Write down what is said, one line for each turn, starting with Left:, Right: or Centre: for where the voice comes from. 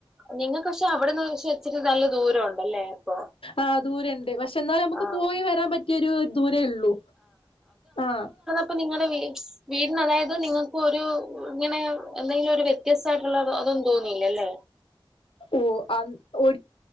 Centre: നിങ്ങൾക്ക് പക്ഷെ അവിടെന്ന് പക്ഷെ ഇച്ചിരി നല്ല ദൂരം ഉണ്ടല്ലേ അപ്പൊ
Left: ആ ദൂരുണ്ട് പക്ഷെ എന്നാലനമുക്ക്
Centre: ആ
Left: പോയി വരാൻ പറ്റിയൊരു ദൂരേ ഉള്ളു ആഹ
Centre: ഇപ്പൊ നിങ്ങളെ വീട്സ് വീടിന് അതായത് നിങ്ങൾക്ക് ഒരു ഇങ്ങനെ എന്തെങ്കിലും ഒരു വ്യത്യസ്തയിട്ടുള്ള അതൊന്നും തോന്നിയില്ല അല്ലേ
Left: ഓ ആഹ ഒ